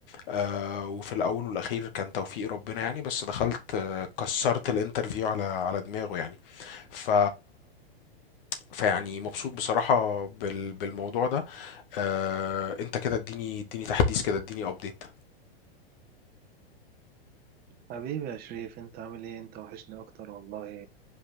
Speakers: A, on the left; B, on the right.
A: آه وفي الاول والاخير كان توفيق ربنا يعني بس دخلت آه كسرت الانترفيو على على دماغه يعني ف فيعني مبسوط بصراحة بال... بالموضوع ده آه، انت كده اديني اديني تحديث كده اديني ابديت
B: حبيبي يا شريف انت عامل ايه انت وحشني اكتر والله